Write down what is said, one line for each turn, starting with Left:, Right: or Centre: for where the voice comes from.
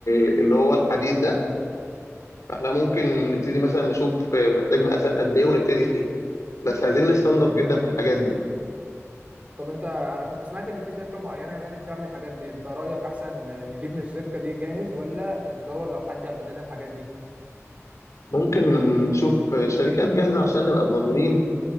Left: اللي هو الحديد ده فاحنا ممكن نبتدي مثلا نشوف آه، بنحتاج مقاسات قد ايه ونبتدي فيه بس عايزين نستنضف جدا في الحاجات دي
Right: طب انت انا كنت سمعت ان في شركة معينة يعني بتعمل الحاجات دي انت رأيك احسن نجيب من الشركة دي جاهز ولا ندور لو حد يعمل لنا الحاجات دي
Left: ممكن نشوف آه، شركات جاهزة عشان نبقى ضامنين